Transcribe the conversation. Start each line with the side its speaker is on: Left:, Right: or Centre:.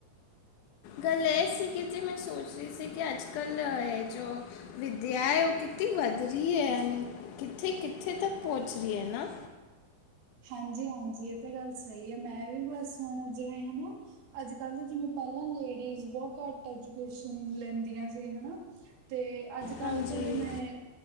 Left: ਗੱਲ ਇਹ ਸੀ ਕਿ ਜੇ ਮੈਂ ਸੋਚਦੀ ਸੀ ਕਿ ਅੱਜ- ਕੱਲ੍ਹ ਹੈ ਜੌ ਵਿੱਦਿਆ ਉਹ ਕਿੱਥੇ ਵਧ ਰਹੀ ਐ, ਕਿੱਥੇ -ਕਿੱਥੇ ਤੱਕ ਪਹੁੰਚ ਰਹੀ ਹੈ ਨਾ।
Right: ਹਾਂਜੀ -ਹਾਂਜੀ ਇਹ ਤਾਂ ਗੱਲ ਸਹੀ ਹੈ ਮੈਂ ਵੀ ਬਸ ਹੁਣ ਜਿਵੇਂ ਹਨਾ ਅੱਜ -ਕੱਲ੍ਹ ਤਾਂ ਜਿਵੇਂ ਪਹਿਲਾਂ ਲੇਡੀਜ਼ ਬਹੁਤ ਘੱਟ ਐਜੂਕੇਸ਼ਨ ਲੈਂਦੀਆਂ ਸੀ ਹਨਾ ਤੇ ਅੱਜ -ਕੱਲ
Left: ਹਾਂਜੀ
Right: ਤਾਂ ਜਿਵੇਂ